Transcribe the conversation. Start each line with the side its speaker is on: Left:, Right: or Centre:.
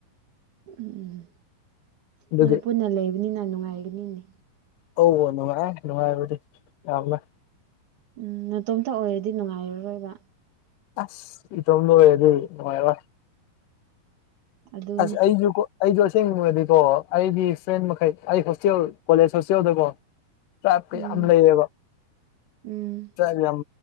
Right: ꯎꯝ ꯎꯝ
Left: ꯑꯗꯨꯒꯤ
Right: ꯅꯣꯏ ꯄꯨꯟꯅ ꯂꯩꯕꯅꯤꯅ ꯅꯨꯡꯉꯥꯏꯒꯅꯤꯅꯦ
Left: ꯑꯧ ꯅꯨꯡꯉꯥꯏ ꯅꯨꯡꯉꯥꯏꯕꯗꯤ ꯌꯥꯝꯅ
Right: ꯎꯝ ꯅꯇꯣꯝꯇ ꯑꯣꯏꯔꯗꯤ ꯅꯨꯡꯉꯥꯏꯔꯔꯣꯏꯕ
Left: ꯑꯁ ꯏꯇꯣꯝꯗ ꯑꯣꯏꯔꯗꯤ ꯅꯨꯡꯉꯥꯏꯔꯔꯣꯏ
Right: ꯑꯗꯨꯅꯤ
Left: ꯑꯁ ꯑꯩꯖꯨꯀꯣ ꯑꯩꯗꯣ ꯑꯁꯦꯡꯕꯗꯤꯀꯣ ꯑꯩꯒꯤ ꯐ꯭ꯔꯦꯟ ꯃꯈꯩ ꯑꯩ ꯍꯣꯁꯇꯦꯜ ꯀꯣꯂꯦꯖ ꯍꯣꯁꯇꯦꯜꯗꯀꯣ ꯇ꯭ꯔꯥꯏꯞꯀ
Right: ꯎꯝ
Left: ꯌꯥꯝ ꯂꯩꯌꯦꯕ
Right: ꯎꯝ
Left: ꯇ꯭ꯔꯥꯏꯞ ꯌꯥꯝ